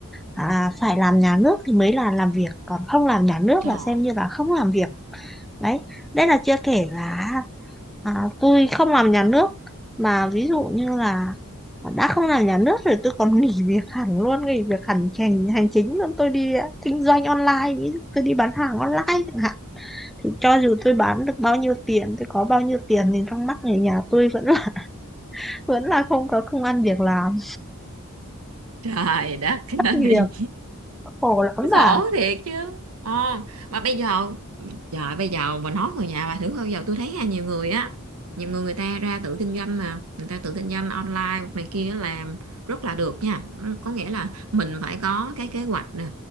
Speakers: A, in the centre; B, on the right (about 75°).
A: à, phải làm nhà nước thì mới là làm việc còn không làm nhà nước
B: Trời,
A: là xem như là không làm việc đấy đây là chưa kể là À, tôi không làm nhà nước mà ví dụ như là đã không làm nhà nước rồi tôi còn <laughs> nghỉ việc hẳn luôn nghỉ việc hẳn hành hành chính luôn tôi đi ờ, kinh doanh online ví dụ tôi đi bán hàng online chẳng hạn thì cho dù tôi bán được bao nhiêu tiền tôi có bao nhiêu tiền thì trong mắt người nhà tôi vẫn là <laughs> vẫn là không có công ăn việc làm
B: trời đất
A: thất
B: <laughs>
A: nghiệp
B: ơi,
A: khổ lắm bà
B: khổ thiệt chứ. Ờ, mà bây giờ, trời bây giờ bà nói người nhà bà thử coi, bây giờ tôi thấy ha, nhiều người á, nhiều người người ta ra tự kinh doanh mà, người ta tự kinh doanh online này kia làm rất là được nha. Ừ, Có nghĩa là mình phải có cái kế hoạch nè,